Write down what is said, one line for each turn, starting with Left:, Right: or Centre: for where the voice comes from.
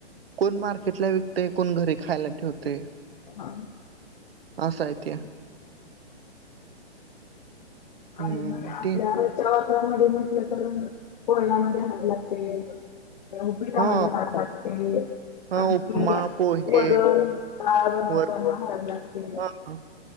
Right: कोण मार्केटला व ते कोण घरी खायला ठेवते
Left: हा
Right: ह साहितय हम्म
Left: आणि आपल्या
Right: ते
Left: च्या वापरामध्ये म्हटलं तर पोहण्यामध्ये हवे लागते उपिट
Right: हा
Left: म लाते
Right: हा
Left: आणि
Right: उपमा पोहे
Left: वरण गाळ बनवताना
Right: वर
Left: हवी लागते
Right: हा